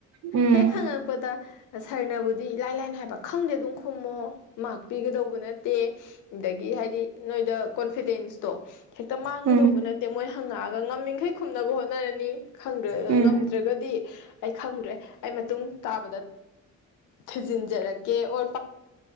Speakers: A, on the right (about 60°); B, on the left (about 80°).
A: ꯎꯝ
B: ꯍꯦꯛ ꯍꯪꯉꯛꯄꯗ ꯁꯔꯅꯕꯨꯗꯤ ꯏꯂꯥꯏ ꯂꯥꯏꯅ ꯍꯥꯏꯕ ꯈꯪꯗꯦ ꯑꯗꯨꯝ ꯈꯨꯝꯃꯣ ꯃꯔꯚ ꯄꯤꯒꯗꯧꯕ ꯅꯠꯇꯦ ꯑꯗꯒꯤ ꯍꯥꯏꯗꯤ ꯅꯣꯏꯗ ꯀꯣꯟꯐꯤꯗꯦꯟꯁꯇꯣ ꯍꯦꯛꯇ ꯃꯥꯡꯒꯗꯧꯕ
A: ꯎꯝ
B: ꯅꯠꯇꯦ ꯃꯣꯏ ꯍꯪꯉꯛꯑꯒ ꯉꯝꯃꯤꯈꯩ ꯈꯨꯝꯅꯕ ꯍꯣꯠꯅꯔꯅꯤ ꯈꯪꯗ꯭ꯔ
A: ꯎꯝ
B: ꯉꯝꯗ꯭ꯔꯒꯗꯤ ꯑꯩ ꯈꯪꯗ꯭ꯔꯦ ꯑꯩ ꯃꯇꯨꯡ ꯇꯥꯕꯗ ꯊꯖꯤꯟꯖꯔꯛꯀꯦ ꯑꯣ